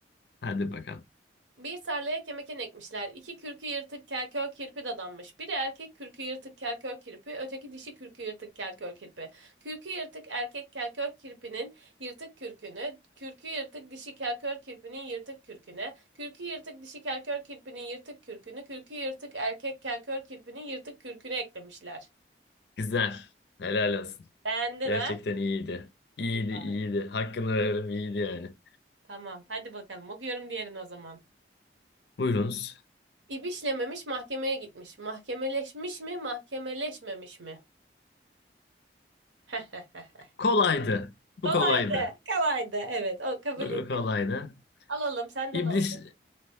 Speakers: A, on the left (about 65°); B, on the right (about 85°).
A: Hadi bakalım.
B: Bir tarlaya kemeken ekmişler. İki kürkü yırtık kelkör kirpi dadanmış. Biri erkek kürkü yırtık kelkör kirpi, öteki dişi kürkü yırtık kelkör kirpi. Kürkü yırtık erkek kelkör kirpinin yırtık kürkünü, kürkü yırtık dişi kelkör kirpinin yırtık kürküne, kürkü yırtık dişi kelkör kirpinin yırtık kürkünü, kürkü yırtık erkek kelkör kirpinin yırtık kürküne eklemişler.
A: Güzel. Helal olsun.
B: Beğendin
A: Gerçekten
B: ha?
A: iyiydi. İyiydi,
B: İyi bak.
A: iyiydi. Hakkını veririm, iyiydi yani.
B: Tamam. Hadi bakalım. Okuyorum diğerini o zaman.
A: Buyurunuz.
B: İbişlememiş mahkemeye gitmiş. Mahkemeleşmiş mi, mahkemeleşmemiş mi? <laughs>
A: Kolaydı. Bu
B: Kolaydı.
A: kolaydı.
B: Kolaydı. Evet. O kabul
A: Bu
B: ediyorum.
A: bu kolaydı.
B: Alalım. Senden
A: İblis,
B: alalım.